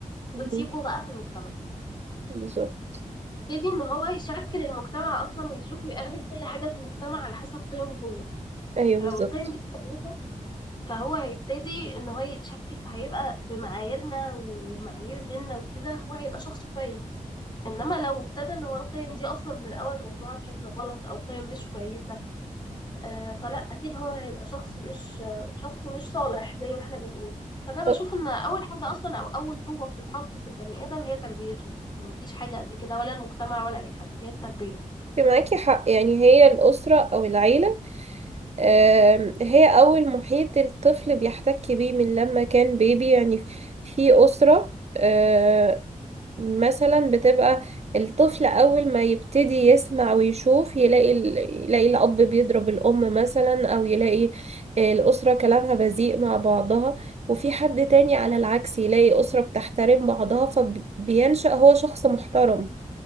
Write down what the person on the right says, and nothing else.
مهم.
بالظبط
ايوه
بالظبط
أه،
معاكي حق يعني هي الأسرة أو العيلة آم، هي أول محيط الطفل بيحتك بيه من لما كان بيبي يعني في أسرة آه، مثلا بتبقى الطفل أول ما يبتدي يسمع ويشوف يلاقي ال... يلاقي الأب بيضرب الأم مثلا أو يلاقي الأسرة كلامها بذيء مع بعضها وفي حد تاني على العكس يلاقي أسرة بتحترم بعضها فبينشأ هو شخص محترم